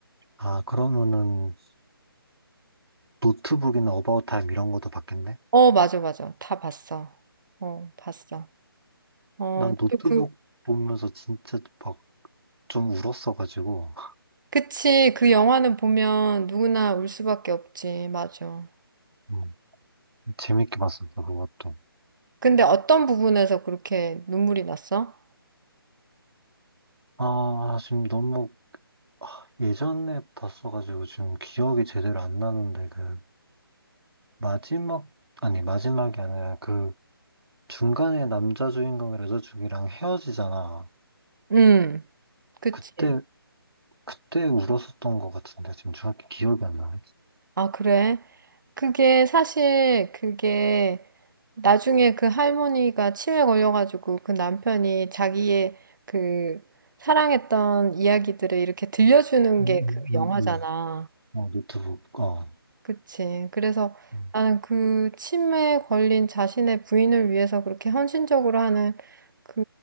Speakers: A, on the right (about 80°); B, on the right (about 55°).
A: 아, 그러면은 노트북이나 어바웃 타임 이런 것도 봤겠네?
B: 어, 맞아, 맞아. 다 봤어. 어, 봤어. 어,
A: 난 노트북
B: 또 그,
A: 보면서 진짜 막 좀 울었어가지고
B: 그치. 그 영화는 보면 누구나 울 수밖에 없지. 맞아.
A: 음, 재밌게 봤었어 그것도.
B: 근데 어떤 부분에서 그렇게 눈물이 났어?
A: 아, 지금 너무 아, 예전에 봤어가지고 지금 기억이 제대로 안 나는데 그 마지막, 아니, 마지막이 아니라 그 중간에 남자 주인공이 여자 주인공이랑 헤어지잖아.
B: 음, 그치.
A: 그때, 그때 울었었던 것 같은데, 지금 정확히 기억이 안 나.
B: 아, 그래? 그게 사실 그게 나중에 그 할머니가 치매 걸려가지고 그 남편이 자기의 그 사랑했던 이야기들을 이렇게 들려주는
A: 음, 음,
B: 게 그 영화잖아.
A: 음, 음. 어, 노트북, 어.
B: 그치? 그래서
A: 음,
B: 나는 그 치매에 걸린 자신의 부인을 위해서 그렇게 헌신적으로 하는 그